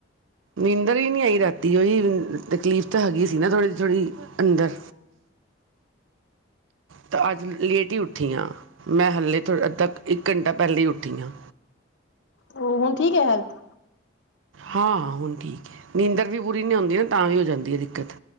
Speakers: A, on the right; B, on the left.
A: ਨਿੰਦਰ ਹੀ ਨਹੀਂ ਆਈ ਰਾਤੀ ਉਹਹੀ ਤਕਲੀਫ਼ ਤਾਂ ਹੈਗੀ ਸੀ ਨਾ ਥੋੜ੍ਹੀ ਜਹੀ ਥੋੜ੍ਹੀ ਅੰਦਰ ਤਾਂ ਅੱਜ ਲੇਟ ਹੀ ਉੱਠੀੀਆਂ ਮੈਂ ਹਾਲੇ ਤੋਂ ਅੱ ਕੁ ਇੱਕ ਘੰਟਾ ਪਹਿਲੇੇ ਉੱਠੀ ਹਾਂ
B: ਉਹ ਹੁਣ ਠੀਕ ਹੈ ਹੈਲਤ
A: ਹਾਂ ਹੁਣ ਠੀਕ ਹੈ ਨੀਂਦਰ ਵੀ ਪੂਰੀ ਨੀ ਆਉਂਦੀ ਨਾ ਤਾਂ ਵੀ ਹੋ ਜਾਂਦੀ ਹੈ ਦਿੱਕਤ